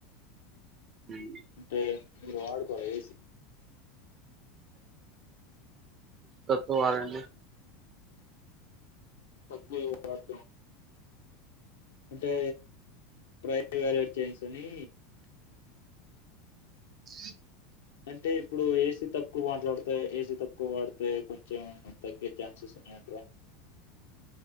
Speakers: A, on the right (about 35°); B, on the left (about 70°).
A: హ్మ్
B: అంతేలే మీరు వాడ్కోలే ఏ సి
A: క్కోవాలండి
B: తక్కువే వాడ్తాం అంటే ట్రై వ్యాలేట్ జెంస్సనీ
A: ఉజ్
B: అంటే ఇప్పుడు ఏసీ తక్కువాట్లాడ్తే ఏసీ తక్కువాడ్తే కొంచెం ఏమన్న తగ్గే చాన్సెస్ ఉన్నాయంట్ర